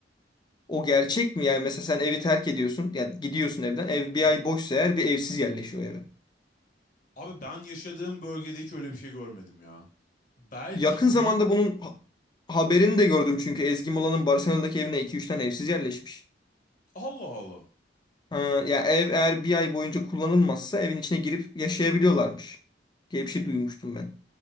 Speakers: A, on the left; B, on the left.
A: O gerçek mi? Yani mesela sen evi terk ediyorsun. Yani gidiyorsun evden. Ev
B: Hı
A: bir
B: hı.
A: ay boşsa eğer bir evsiz yerleşiyor eve.
B: Abi ben yaşadığım bölgede hiç öyle bir şey görmedim ya. Belki
A: Yakın zamanda
B: büyük...
A: bunun ha- haberini de gördüm çünkü Ezgi Mola'nın Barcelona'daki evine iki üç tane evsiz yerleşmiş.
B: Allah Allah.
A: Ha, ya ev eğer bir ay boyunca kullanılmazsa evin içine girip yaşayabiliyorlarmış diye bir şey duymuştum ben.